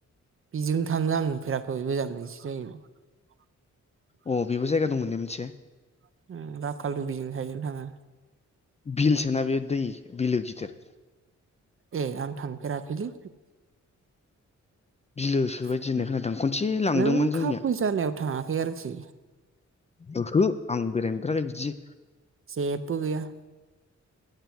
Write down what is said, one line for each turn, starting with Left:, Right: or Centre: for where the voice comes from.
Right: बिजोंनो थाङो आं नुफेराखै गोजानथिंसो जायो। <inaudible>
Left: अ बेबो जायगा दंमोन ने मोनसे
Right: उम दाखाल बिजोनो सायकेल जों थाङो।
Left: बिल सोना बे दै बिलो गिदिर।
Right: ए आं थांफेराखैलै।
Left: बिलोसो
Right: <unintelligible>
Left: बायदि होननाय खोनादां खनसे लांदोंमोन
Right: नों
Left: जोंनिया
Right: खाफैसाले थाङाखै आरोखि।
Left: ओहो आं बेरायनो मोनफेराखै बिदि।
Right: जेबबो गैया।